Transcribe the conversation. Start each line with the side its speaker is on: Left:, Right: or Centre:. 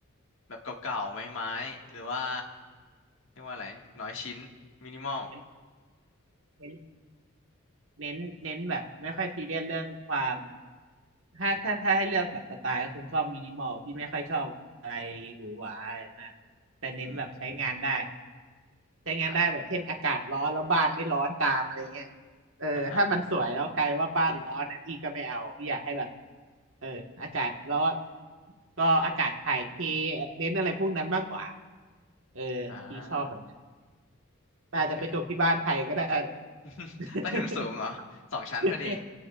Left: แบบเก่าๆไม้ๆหรือว่าเรียกว่าอะไรน้อยชิ้นมินิมอล
Right: เป็นเป็น เน้นเน้นแบบไม่ค่อยซีเรียสเรื่องความถ้าถ้าถ้าให้เลือกแบบสไตล์ก็คงชอบมินิมอลพี่ไม่ค่อยชอบอะไรหรือหวาอะไรมากแต่เน้นแบบใช้งานได้
Left: อืม
Right: ใช้งานได้แบบเช่นอากาศร้อนแล้วบ้านไม่ร้อนตามอะไรเงี้ย
Left: อ่า
Right: เออถ้ามันสวยแล้วกลายว่าบ้านร้อนนะพี่ก็ไม่เอาพี่อยากให้แบบ
Left: อ่าฮะ
Right: เอออากาศร้อนก็อากาศถ่ายเทเน้นอะไรพวกนั้นมากกว่าเออพี่ชอบแบบนั้น
Left: อ่า
Right: แต่อาจจะไปจบที่บ้านไทยก็ได้นะ
Left: โอเค <laughs>
Right: <laughs>
Left: ใต้ถุนสูงเหรอสองชั้นพอดี
Right: <laughs>